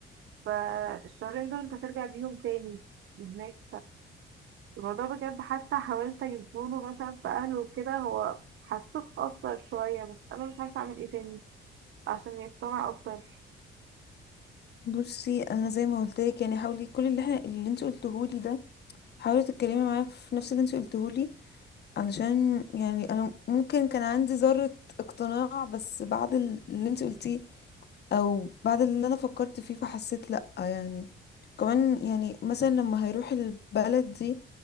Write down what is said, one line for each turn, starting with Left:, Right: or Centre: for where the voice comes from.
Right: فالشهرين دول انت هترجع بيهم تاني هناك الموضوع بجد حتى حاولت اجيبهوله مثلا في اهله وكده هو حسيته اتأثر شوية بس انا مش عارفة اعمل ايه تاني عشان يقتنع اكتر
Left: بصي انا زي ما قلت لك يعني حاولي كل اللي احنا اللي انت قلته لي ده حاولي تتكلمي معاه في نفس اللي انت قلته لي علشان يعني انا ممكن كان عندي ذرة اقتناع بس بعد ال- اللي انت قلتيه او بعد اللي انا فكرت فيه فحسيت لا يعني كمان يعني مثلا لما هيروح البلد دي